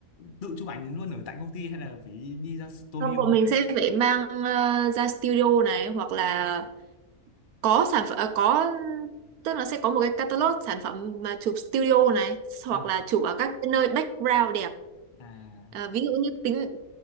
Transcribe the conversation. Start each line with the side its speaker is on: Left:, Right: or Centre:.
Left: tự chụp ảnh luôn ở tại công ty hay là phải đi ra studio
Right: Không, bọn mình
Left: khác?
Right: sẽ phải mang ờ, ra studio này hoặc là có sản phẩm à, có tức là sẽ có một cái catalog sản phẩm mà chụp studio này hoặc
Left: Ờ
Right: là chụp ở các cái nơi background đẹp
Left: à,
Right: à, ví dụ như tính